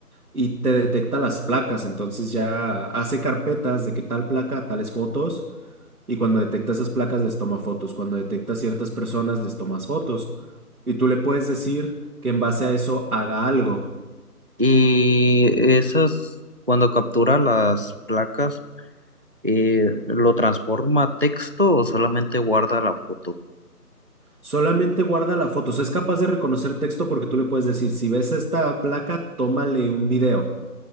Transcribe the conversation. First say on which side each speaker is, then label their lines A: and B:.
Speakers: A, on the right; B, on the right.
A: y te detecta las placas, entonces ya hace carpetas de que tal placa, tales fotos. Y cuando detecta esas placas, les toma fotos. Cuando detecta ciertas personas, les tomas fotos. Y tú le puedes decir que en base a eso haga algo.
B: Y esas, cuando captura las placas, eh, ¿lo transforma a texto o solamente guarda la foto?
A: Solamente guarda la foto. O sea, es capaz de reconocer texto porque tú le puedes decir, si ves esta placa, tómale un video.